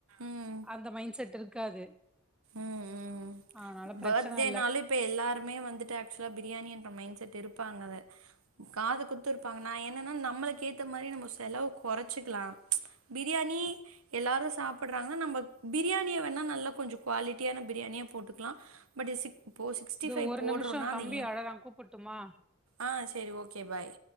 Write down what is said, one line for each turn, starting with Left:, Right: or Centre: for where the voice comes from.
Right: ம்
Centre: அந்த மைண்ட் செட் இருக்காது
Right: ம் ம்
Centre: அதனால பிரச்சன
Right: பேர்த்டே
Centre: இல்ல
Right: நாளே இப்ப எல்லாருமே வந்துட்டு ஆக்சுவலா பிரியாணி என்ற மைண்ட் செட் இருப்பாங்க அவ காது குத்து இருப்பாங்க நா என்னன்னா நம்மளுக்கு ஏத்த மாதிரி நம்ம செலவு கொறைச்சிக்கலா பிரியாணி எல்லாரு சாப்பிட்றாங்க நம்ம பிரியாணிய வேணா நல்லா கொஞ்சோ குவாலிட்டியான பிரியாணியா போட்டுக்கலா பட் இ சிக் இப்போ சிக்ஸ்டி
Centre: இது
Right: ஃபைவ்
Centre: ஒரு
Right: போடுறோனா
Centre: நிமிஷோ
Right: அது
Centre: தம்பி
Right: ஏன்
Centre: அழறா கூப்புட்டுமா
Right: ஆ சேரி ஓகே பாய்